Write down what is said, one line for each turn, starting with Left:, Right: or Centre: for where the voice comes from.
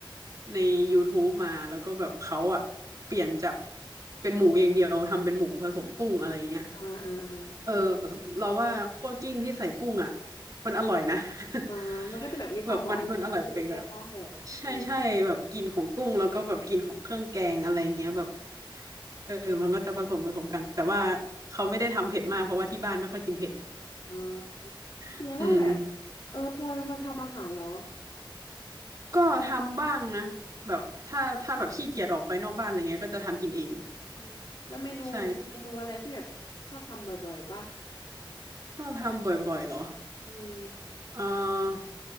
Right: ใน YouTube มาแล้วก็แบบเขาอะเปลี่ยนจากเป็นหมูอย่างเดียวทำเป็นหมูผสมกุ้งอะไรเงี้ย
Left: อ่าอ่าอ่า
Right: เออเราว่าคั่วกลิ้งที่ใส่กุ้งอะมันอร่อยนะ
Left: อ่ามันก็จะแบบมีความหวานของกุ้งใช่ปะแบบอืม
Right: <laughs> แบบมันมันอร่อยไปแบบใช่ใช่แบบกินของกุ้งแล้วก็แบบกินของเครื่องแกงอะไรเงี้ยแบบ เออมันก็จะผสมผสมกัน แต่ว่าเขาไม่ได้ทำเผ็ดมากเพราะว่าที่บ้านไม่ค่อยกินเผ็ด
Left: อ่าแสดงว่าแบบ
Right: <laughs> อืม
Left: เออพลอยเป็นคนทำอาหารเหรอ
Right: ก็ทำบ้างนะ แบบถ้าถ้าแบบขี้เกียจออกไปนอกบ้านอะไรเงี้ยก็จะทำกินเอง
Left: อืมแล้วเมนูมีเมนูอะไรที่แบบชอบทำบ่อยๆป่ะ
Right: ใช่ชอบทำบ่อยๆเหรอ
Left: อืม
Right: เออ